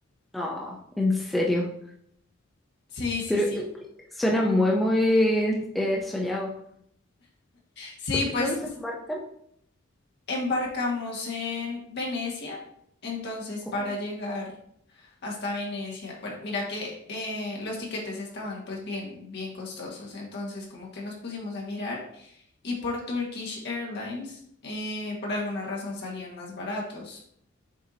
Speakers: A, in the centre; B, on the left.
A: No, en serio.
B: Sí, sí,
A: Pero
B: sí.
A: eh, suena muy, muy eh, soñado.
B: Sí,
A: ¿Dó-
B: pues.
A: ¿Dónde se embarcan?
B: Embarcamos en Venecia, entonces para
A: Oh,
B: llegar hasta Venecia, bueno, mira que eh, los tiquetes estaban pues bien, bien costosos, entonces como que nos pusimos a mirar y por Turkish Airlines eh, por alguna razón salían más baratos.